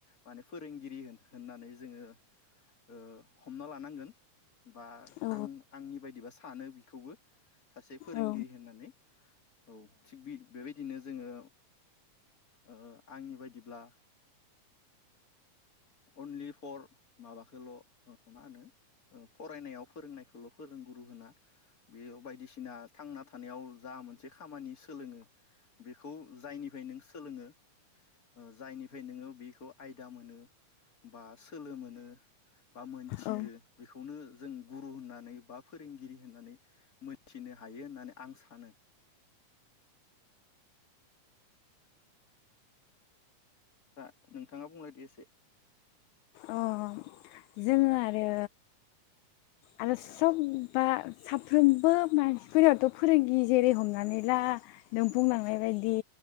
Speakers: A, on the left; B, on the left.
A: माने फोरोंगिरि होन होननानै जोङो ओ हमना लानांगोन बा
B: औ
A: आं आंनि बायदिबा हानो बिखौबो सासे फोरोंगिरि
B: औ
A: होननानै औ थिग बि बेबायदिनो जोङो ओ आंनि बायदिब्ला अनलि फर माबाखोल' मा होनो ओ फरायनायाव फोरोंनायखौल' फोरोंगुरु होना बे बायदिसिना थांना थानायाव जा मोनसे खामानि सोलोङो बेखौ जायनिफाय नों सोलोङो ओ जायनिफाय नोङो बिख' आयदा मोनो बा सोलो मोनो बा मोनथियो
B: औ
A: बेखौनो जों गुरु होननानै बा फोरोंगिरि होननानै मोनथिनो हायो होननानै आं सानो। दा नोंथाङा बुंलायदो एसे।
B: अ जोङो आरो आरो सब बा साफ्रोमबो मानसिफोराथ' फोरोंगि जेरै हमनानै ला नों बुंलांनाय
A: औ
B: बायदि